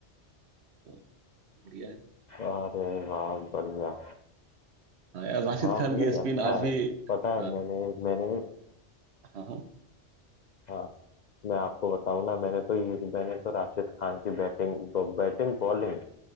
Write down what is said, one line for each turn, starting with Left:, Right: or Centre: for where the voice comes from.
Right: तो बढ़िया है
Left: अरे वाह बढ़िया
Right: हाँ यार राशिद
Left: हाँ
Right: खान
Left: नहीं
Right: की स्पिन
Left: अच्छा
Right: आज
Left: है
Right: भी
Left: पता है
Right: हाँ
Left: मैंने मैंने
Right: हाँ हाँ
Left: हाँ मैं आपको बताऊँ ना मैंने तो ये मैंने तो राशिद खान की बैटिंग तो बैटिंग बॉलिंग